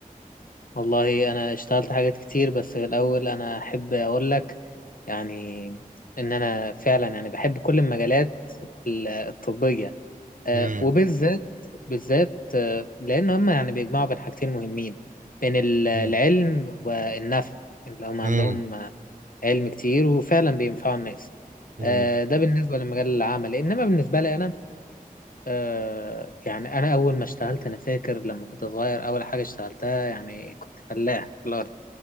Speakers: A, on the left; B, on the right.
A: والله أنا اشتغلت حاجات كتير بس في الأول أنا أحب أقول لك يعني إن أنا فعلا يعني بحب كل المجالات ال- الطبية آه،
B: مم.
A: وبالذات بالذات آه، لأن هم يعني بيجمعوا بين حاجتين مهمين بين ال- العلم
B: مم.
A: والنفع اللي هم عندهم
B: مم.
A: آه، علم كتير وفعلا بينفعوا الناس
B: مم.
A: آه، ده بالنسبة لمجال العمل إنما بالنسبة لي أنا آه، يعني أنا أول ما اشتغلت أنا فاكر لما كنت صغير أول حاجة اشتغلتها يعني كنت فلاح في الأرض